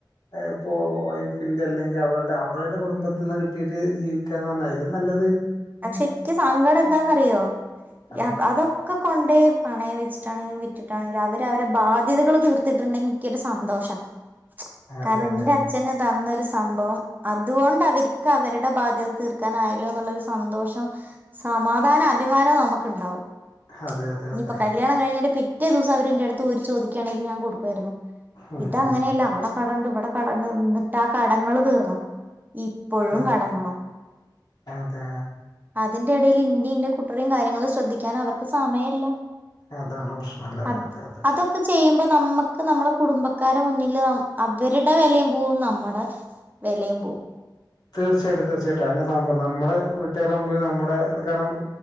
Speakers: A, on the left; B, on the right.
A: ഇപ്പോ വൈഫിന്റെ അല്ലെങ്കിൽ അവരുടെ അവരുടെ കുടുംബത്തി നിന്ന് കിട്ടിയിട്ട് ജീ ക്കാന്ന്പറഞ്ഞാലഅതിനും നല്ല
B: പക്ഷെക്ക് സങ്കടം എന്താന്ന്റിയോ
A: അതെ
B: അതൊക്കെ കൊണ്ട പണയം വെച്ചിട്ടാണെങ്കിലും വിറ്റിട്ടാണെങ്കിലും അവര് അവരെ ബാധ്യതകള് തീർത്തിട്ടുണ്ടെങ്കിൽ എിക്കൊരു സന്തോഷം
A: അതെ
B: കാരണം
A: അതെ
B: എന്റെ അച്ഛന് തന്നൊരു സംഭവം അതുകൊണ്ട് അവർക്ക് അവരുടെ ബാധ്യത തീർക്കാനായാലോ എന്നുള്ളരു സന്തോഷം സമാധാന അഭിമാനവും നമുക്ക് ഉണ്ടാവും
A: അതെ അതെ അതെ
B: ഇനിയിപ്പോ
A: അതെ
B: കല്യാണം കഴിഞ്ഞട്ട പി റ്റേ ദിവസം അവരെന്റെറ അടുത്ത് ഊരി ചോദിക്കയാണെങ്കിൽ ഞാൻ കൊടുക്കുായിരുന്നു
A: ഉം
B: ഇത അങ്ങനെയല്ല
A: ഉം
B: അവിടെ കടണ്ട് ഇവിടെ കടണ്ട് നിട്ടാ കടങ്ങള്ൾ തീർന്നോ ഇപ്പോഴും
A: അതെ
B: കടങ്ങളാ
A: അതെ
B: അതിന്റെ ഇടയിൽ ഇന ഇന്റെ കുട്ടറയും കാര്യങ്ങളും ശ്രദ്ധിക്കാൻ അവർക്ക് സമയമല്ല
A: അതാണ് പ്രശ്നല്ലേ
B: അ
A: അതെ അതെ
B: അതൊക്കെ ചെയ്യുമ്പോ നമ്മുക്ക് നമ്മളെ കുടുംബക്കാര മുന്നില് അവരുടെ വിലയും പോവും നമ്മുടെ വെലയും പോവും
A: തീർച്ചയായ്ട്ടും തീർച്ചയായ്ട്ടും അഎന്നെ സംഭവം നമ്മുടെ വീട്ടാരാമ്പൊ നമ്മടെ കാര്ണം